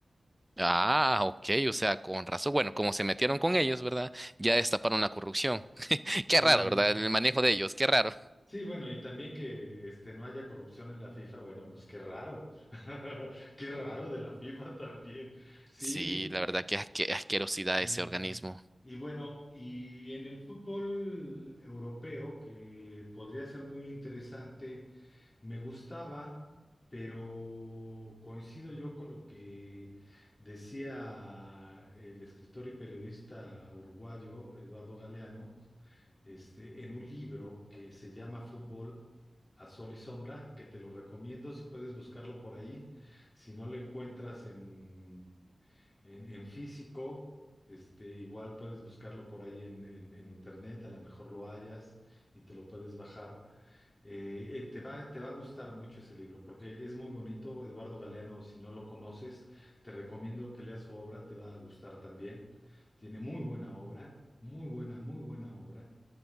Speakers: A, on the right (about 15°); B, on the left (about 30°).
A: Ah, ok, o sea, con razón. Bueno, como se metieron con ellos, ¿verdad? Ya destaparon la corrupción. <laughs> Qué
B: Sí,
A: raro, ¿verdad? El manejo de ellos, qué raro.
B: sí, bueno, y también que este no haya corrupción en la FIFA, bueno, pues qué raro. <laughs> Qué raro de la FIFA también. Sí,
A: Sí, la verdad, qué asque- asquerosidad
B: sí.
A: ese organismo.
B: Y bueno, y en el fútbol europeo, que podría ser muy interesante. Me gustaba, pero coincido yo con lo que decía el escritor y periodista uruguayo Eduardo Galeano, este, en un libro que se llama Fútbol a Sol y Sombra, que te lo recomiendo si puedes buscarlo por ahí. Si no lo encuentras en, en, en físico, este, igual puedes buscarlo por ahí en, en en internet, a lo mejor lo hallas y te lo puedes bajar. Eh, eh, te va, te va a gustar mucho ese libro porque es muy bonito. Eduardo Galeano, si no lo conoces, te recomiendo que leas su obra, te va a gustar también. Tiene muy buena obra, muy buena, muy buena obra.